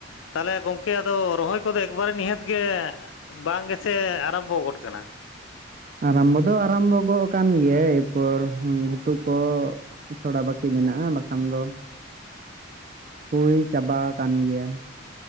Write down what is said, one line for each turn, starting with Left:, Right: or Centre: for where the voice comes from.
Left: ᱛᱟᱦᱚᱞᱮ ᱜᱚᱝᱠᱮ ᱟᱫᱚ ᱨᱚᱦᱚᱭ ᱠᱚᱫᱚ ᱮᱠᱵᱟᱨᱮ ᱱᱤᱦᱟᱹᱛ ᱜᱮ ᱵᱟᱝ ᱜᱮᱥᱮ ᱟᱨᱟᱢᱵᱚ ᱜᱚᱫ ᱠᱟᱱᱟ?
Right: ᱟᱨᱟᱢᱵᱚ ᱫᱚ ᱟᱨᱟᱢᱵᱚ ᱜᱚᱜ ᱟᱠᱟᱱ ᱜᱮᱭᱟ ᱮᱨᱯᱚᱨ ᱜᱷᱩᱴᱩ ᱠᱚ ᱛᱷᱚᱲᱟ ᱵᱟᱹᱠᱤ ᱢᱮᱱᱟᱜᱼᱟ ᱵᱟᱠᱷᱟᱱ ᱫᱚ ᱦᱩᱭ ᱪᱟᱵᱟ ᱟᱠᱟᱱ ᱜᱮᱭᱟ ᱾